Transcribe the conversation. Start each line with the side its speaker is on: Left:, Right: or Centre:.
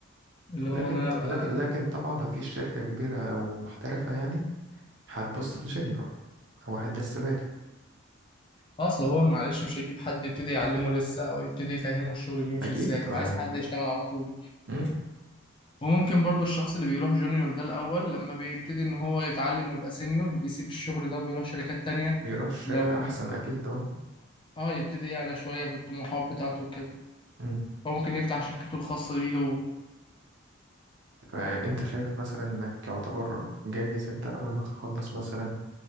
Left: اللي
Right: لكن
Left: هو أنا أبقى
Right: لكن لكن طبعا ما فيش شركة كبيرة أو محترفة يعني هتبص لجونيور هو واحد لسه بادئ
Left: أصل هو معلش مش هيجيب حد يبتدي يعلمه لسه أو يبتدي يفهمه الشغل بيمشي
Right: أكيد
Left: إزاي
Right: ما,
Left: هو عايز حد
Right: ما...
Left: يشتغل على طول
Right: مم،
Left: وممكن برضو الشخص اللي بيروح جونيور ده الأول لما بيبتدي إن هو يتعلم ويبقى سينيور بيسيب الشغل ده وبيروح شركات تانية
Right: يروح شركة
Left: لو
Right: أحسن أكيد اه
Left: آه يبتدي يعلى شوية بالطموحات بتاعته وكده
Right: مم.
Left: أو ممكن يفتح شركته الخاصة بيه هو
Right: فأنت شايف مثلا إنك يعتبر جاهز أنت أول ما تخلص مثلا